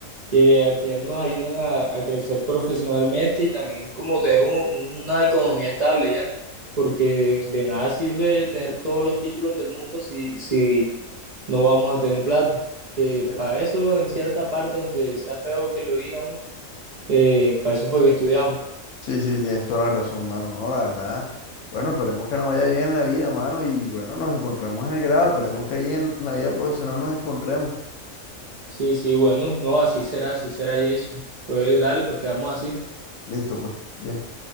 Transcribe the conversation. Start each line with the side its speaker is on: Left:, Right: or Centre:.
Right: que al final nos ayuden a, a crecer profesionalmente y también como tener un- una economía estable ya, porque de nada sirve tener todos los títulos del mundo si, si no vamos a tener plata. Que
Left: Eh,
Right: para eso, en cierta parte, aunque sea feo que lo digamos, eh, para eso fue que estudiamos.
Left: sí, sí, tienes toda la razón, mano, no, la verdad. Bueno, esperemos que nos vaya bien en la vida, mano, y bueno, nos encontramos en el grado, esperemos que ahí en la vida profesional nos encontremos.
Right: Sí, sí, bueno, no, así será, así será, Jason. Entonces, dale, pues quedamos así.
Left: Listo, pues. bien.